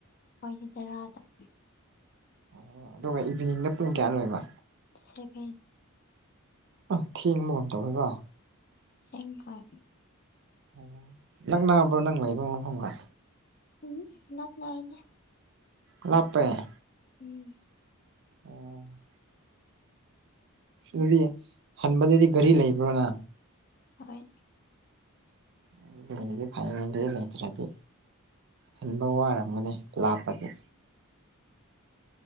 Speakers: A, on the left (about 45°); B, on the right (about 55°).
A: <unintelligible>
B: ꯑꯣ ꯑꯗꯨꯒ ꯏꯚꯤꯅꯤꯡꯗ ꯄꯨꯡ ꯀꯌꯥ ꯂꯣꯏꯕ?
A: ꯁꯚꯦꯟ
B: ꯑ ꯊꯦꯡꯕꯒꯨꯝ ꯇꯧꯋꯦꯀꯣ
A: ꯍꯦꯡꯀꯥꯏ
B: ꯑꯣ ꯅꯪꯅꯥꯉꯕ꯭ꯔꯣ ꯅꯪ ꯂꯩꯥꯏꯕ ꯃ ꯐꯪꯂ
A: ꯎꯝ ꯂꯞꯅꯥꯏꯅꯦ
B: ꯂꯄꯦ
A: ꯎꯝ
B: ꯑꯣ ꯑꯗꯨꯗꯤ ꯍꯟꯕꯗꯗꯤ ꯒꯥꯔꯤ ꯂꯩꯕ꯭ꯔꯣꯅ
A: ꯑꯣꯏ
B: ꯑꯗꯨ ꯂꯩꯗꯤ ꯐꯥꯏꯅꯦꯜꯒꯤ ꯂꯩꯇ꯭ꯔꯗꯤ ꯍꯟꯕ ꯋꯥꯔꯝꯒꯅꯤ ꯂꯥꯛꯞꯄꯗꯤ